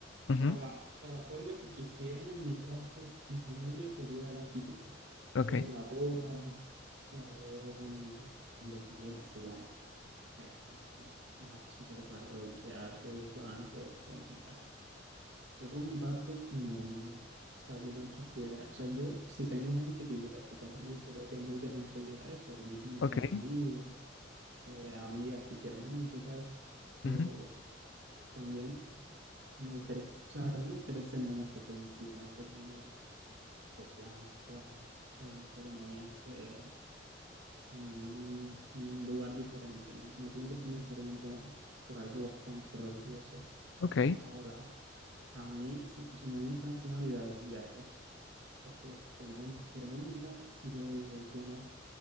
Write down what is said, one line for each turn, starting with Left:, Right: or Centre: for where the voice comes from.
Right: sea,
Left: Ujú,
Right: la, o sea, la forma que quisieran en mi casa, mi familia sería la típica.
Left: Ok,
Right: Eh, la boda, la boda en la iglesia, eh, la super parroquia, todos van, todos comentan. Yo por mi parte, normal. O sea, yo no quisiera, o sea, yo si tengo gente que invita, porque a mí me gustaría que mucha gente viera eso, mis mejores
Left: ok,
Right: amigos, eh, amigas que quiero mucho, tal, pero
Left: ujú,
Right: también o sea, me gustaría, o sea, también me gustaría ceremonias pequeñas, tipo una ceremonia o playa, o una ceremonia, no sé, en un, un lugar diferente, ¿no? No tiene que ser necesariamente por algo bastante religioso.
Left: ok,
Right: Ahora, a mí, sí, o sea, me viene fascinando la idea del viaje. Después tenemos una ceremonia y tal, y luego digo, bueno,